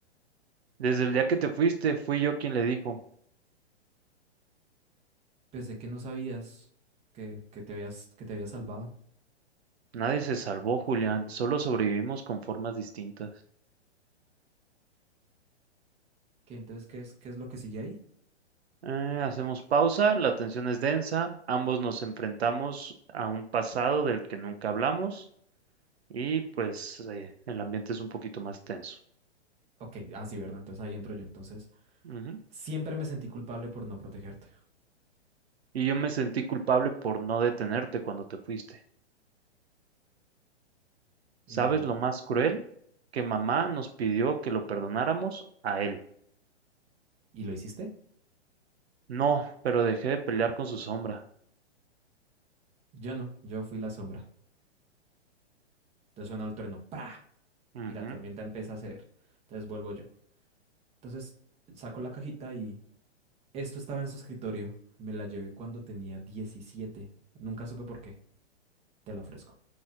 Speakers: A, on the right; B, on the right.
A: Desde el día que te fuiste, fui yo quien le dijo,
B: Pensé que no sabías que, que te habías, que te habías salvado.
A: nadie se salvó, Julián, solo sobrevivimos con formas distintas.
B: ¿Qué, entonces, ¿qué es, qué es lo que sigue ahí?
A: Eh, hacemos pausa, la tensión es densa, ambos nos enfrentamos a un pasado del que nunca hablamos y pues
B: Ah,
A: eh, el ambiente es un poquito más tenso.
B: ok, ah, sí, verdad. Entonces ahí entro yo. Entonces,
A: Ujú.
B: siempre me sentí culpable por no protegerte.
A: Y yo me sentí culpable por no detenerte cuando te fuiste.
B: Eh,
A: ¿Sabes lo más cruel? Que mamá nos pidió que lo perdonáramos a él.
B: ¿y lo hiciste?
A: No, pero dejé de pelear con su sombra.
B: Yo no, yo fui la sombra. Entonces suena el trueno, ¡pra!
A: Ujú.
B: Y la tormenta empieza a ceder. Entonces vuelvo yo. Entonces saco la cajita y esto estaba en su escritorio. Me la llevé cuando tenía 17. Nunca supe por qué. Te la ofrezco.